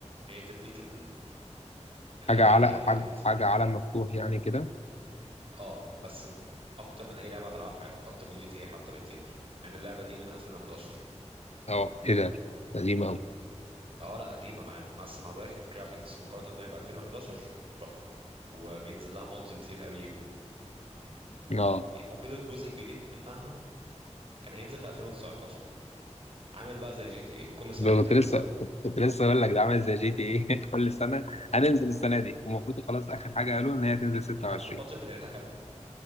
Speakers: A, on the right (about 50°); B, on the left (about 65°).
A: هي بتديك ال... الاريحية
B: حاجة على
A: ديت
B: حاجة, حاجة على مفتوح يعني كده
A: اه بس اكتر من اي لعبة هتلعبها في حياتك اكتر من جي تي ايه حتى بكتير مع ان اللعبة دي من 2011
B: اه ايه ده ده قديم أوي
A: اه لا قديمه مع بس مع ذلك الجرافيكس مقارنه ان هي ب 2011 تحفه وبينزل لها مودز كتير قوي و-
B: اه
A: المفروض الجزء الجديد منها كان هينزل في 2019 عامل بقى زي جي تي ايه كل سنه
B: كنت
A: يتاجل
B: لسه
A: سنه
B: كنت لسه اقول لك ده عامل زي جي تي ايه <laughs> كل سنة هننزل السنة دي والمفروض خلاص آخر حاجة قالوا إن هي تنزل 26
A: انت عارف البادجت بتاعتها كام